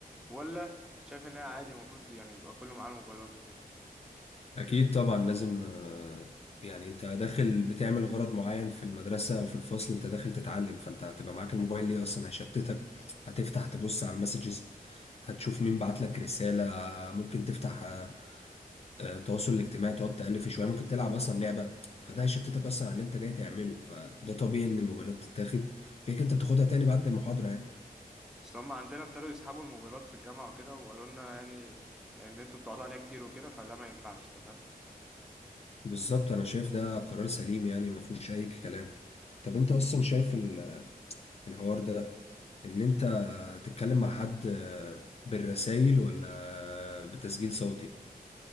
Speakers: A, in the centre; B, on the left (about 40°).
A: ولا شايف إن هي عادي المفروض يعني يبقى كله معاه الموبايلات وكده
B: اكيد طبعا لازم آه، يعني انت داخل بتعمل غرض معين في المدرسه او في الفصل انت داخل تتعلم فانت هتبقى معاك الموبايل ليه اصلا هيشتتك هتفتح تبص على المسجز هتشوف مين بعت لك رساله آه، ممكن تفتح آه، آه، التواصل الاجتماعي تقعد تالف شويه ممكن تلعب اصلا لعبه فده هيشتتك اصلا على اللي انت جاي تعمله فده طبيعي ان الموبايلات تتاخد كده كده انت بتاخدها تاني بعد المحاضره يعني
A: أصل هما عندنا ابتدوا يسحبوا الموبايلات في الجامعة وكده وقالوا لنا يعني إن أنتوا بتقعدوا عليها كتير وكده فده ما ينفعش أنت فاهم؟
B: بالظبط انا شايف ده قرار سليم يعني ما فيهوش اي كلام طب انت اصلا شايف ال- الحوار ده ان انت تتكلم مع حد بالرسائل ولا بتسجيل صوتي